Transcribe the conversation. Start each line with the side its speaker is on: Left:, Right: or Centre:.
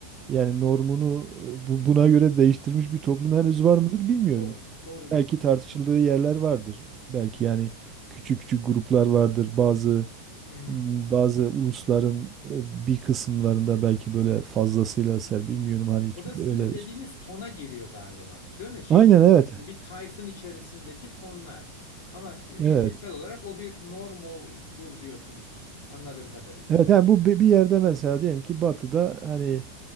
Right: yani normunu e, bu- buna göre değiştirmiş bir toplum henüz var mıdır bilmiyorum.
Left: Doğru. Doğru
Right: Belki
Left: diyorsun.
Right: tartışıldığı yerler vardır. Belki yani küçük küçük gruplar vardır. Bazı
Left: Hı hı. Hı hı.
Right: bazı ulusların e, bir kısımlarında belki böyle fazlasıyla ser bilmiyorum hani hiç
Left: O da
Right: böyle
Left: sizin dediğiniz tona giriyor galiba, değil mi? Şeyin
Right: Aynen
Left: içerisinde
Right: evet.
Left: bir tayfın içerisindeki tonlar. Ama ilkesel
Right: Evet.
Left: olarak o bir normaldur diyorsunuz anladığım kadarıyla.
Right: Evet yani bu bi- bir yerde mesela diyelim ki batıda hani